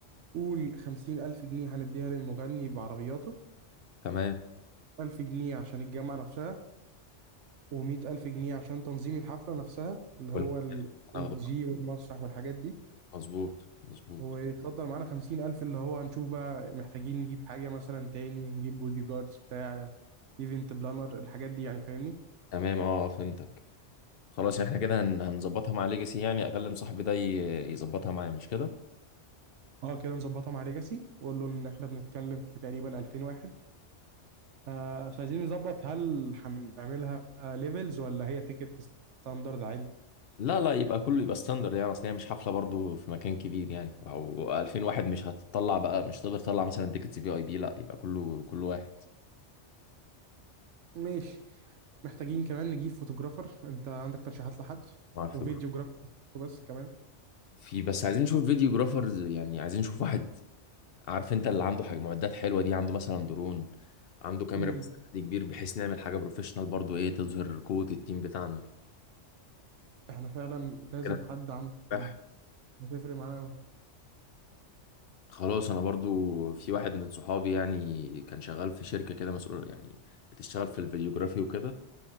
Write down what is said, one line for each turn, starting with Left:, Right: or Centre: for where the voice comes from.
Right: قول 50000 جنيه هنديها للمغني بعربياته
Left: تمام
Right: 1000 جنيه عشان الجامعة نفسها و100000 جنيه عشان تنظيم الحفلة نفسها اللي
Left: كل
Right: هو
Left: ما
Right: ال- الدي
Left: هناخده
Right: جي والمسرح والحاجات دي
Left: مظبوط مظبوط
Right: ويتفضل معانا خمسين ألف اللي هو هنشوف بقى محتاجين نجيب حاجة مثلا تاني نجيب بودي جاردز بتاع ايفنت بلانر الحاجات دي يعني فاهمني
Left: تمام أه آه، فهمتك خلاص يعني إحنا كده هن- هنظبطها مع ليجاسي يعني أكلم صاحبي ده ي- يظبطها معايا مش كده
Right: اه كده نظبطها مع ليجاسي وقول له ان احنا بنتكلم في تقريبا 2000 واحد آه مش عايزين نظبط هل هنعملها ليفلز ولا هي تيكت ستاندرد عادي
Left: لا لا يبقى كله يبقى ستاندرد يعني اصل هي مش حفله برضو في مكان كبير يعني او 2000 واحد مش هتطلع بقى مش تقدر تطلع مثلا تيكتس في اي بي لا يبقى كله كل واحد
Right: ماشي محتاجين كمان نجيب فوتوجرافر انت عندك ترشيحات لحد
Left: ما اعرفش
Right: وفيديو جرافر بس كمان
Left: في بس عايزين نشوف فيديو جرافرز يعني عايزين نشوف واحد عارف انت اللي عنده حاجه معدات حلوه دي عنده مثلا درون عنده كاميرا
Right: مم.
Left: بستند كبير بحيث نعمل حاجه بروفيشنال برضو ايه تظهر قوه التيم بتاعنا
Right: احنا فعلا لازم
Left: كده
Right: حد عنده فنون،
Left: نجح.
Right: هتفرق معانا أوي.
Left: خلاص انا برضو في واحد من صحابي يعني كان شغال في شركه كده مسؤول يعني بتشتغل في الفيديوجرافي وكده